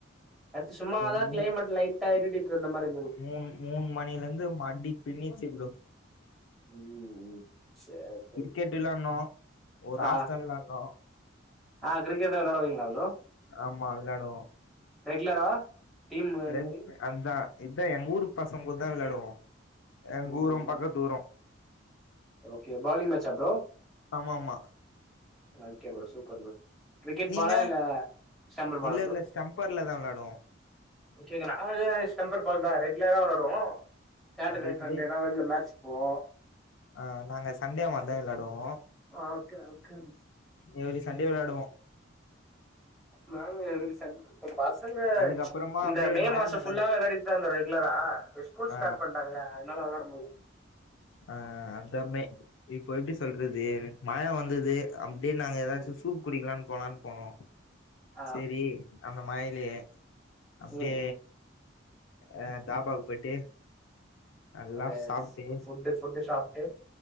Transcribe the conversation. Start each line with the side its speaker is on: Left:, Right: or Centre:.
Centre: நேத்து சும்மாதான்
Left: மூ
Centre: கிளைமேட் லைட்டா இருடிட்டு இருந்த மாரி இ
Left: மூணு மூணு மணிலிந்து அடி பின்னிருச்சு ப்ரோ
Centre: ம் ம் சேர் சேரி
Left: கிரிக்கெட் வெளாடினோ ஒரு
Centre: ஆ
Left: ஆஃப்தான் வெளாடினோ
Centre: ஆ கிரிக்கெட் வெளாடுவீங்களா ப்ரோ
Left: ஆமா வெளாடுவோ
Centre: ரெகுலரா டீம் அந்த
Left: ரெண்டற
Centre: மாரி
Left: அதான் இதே எங்க ஊரு பசங்க கூடதான் வெளாடுவோ எங்க
Centre: ம்
Left: ஊரும்
Centre: ம்
Left: பக்கத்தூரும்
Centre: ஓகே பாலிங் மேட்சா ப்ரோ
Left: ஆமாமா
Centre: okay bro super bro cricket
Left: நீங்க
Centre: பாலா இல்ல ஸ்டெம்பர் பாலா
Left: இல்ல
Centre: ப்ரோ
Left: இல்ல ஸ்டம்பர்லதா விளாடுவோ
Centre: மிச்ச இந்த நாகாஸ் டெம்பர் பால்தான் ரெகுலரா வெளாடுவோ சாட்டர்டே
Left: ரெட்
Centre: சண்டேனா
Left: டே
Centre: வெள்ல மேட்ச் போவோ
Left: ஆ நாங்க சண்டே மாரிதான் வெளாடுவோ
Centre: ஓகே ஓகேன்ஸ்
Left: எவரி சண்டே வெளாடுவோ
Centre: நாங்க எவ்ரி சண்டே பட் பசங்க
Left: அதுக்கப்புறமா
Centre: இந்த
Left: அப்டியே
Centre: மே
Left: மழ
Centre: மாசோ
Left: நனஞ்
Centre: ஃபுல்லா வெளாடி ந்தோ ரெகுலரா ஸ்கூல்
Left: ஆ
Centre: ஸ்டார்ட் பண்டாங்கல்ல அதனால வெளாட முடில
Left: ஆ அதமே இப்போ எப்டி சொல்றது மழ வந்துது அப்டியே நாங்க எதாச்சு
Centre: ம்
Left: சூப் குடிக்கலான்னு போலான்னு போனோ
Centre: ஆ
Left: சரி அந்த மழைலே அப்டே
Centre: ம்
Left: அ தாபாக்கு போய்ட்டு நல்லா
Centre: ஒரு
Left: சாப்ட்டு
Centre: ஃபுட்டு ஃபுட்டு சாப்ட்டு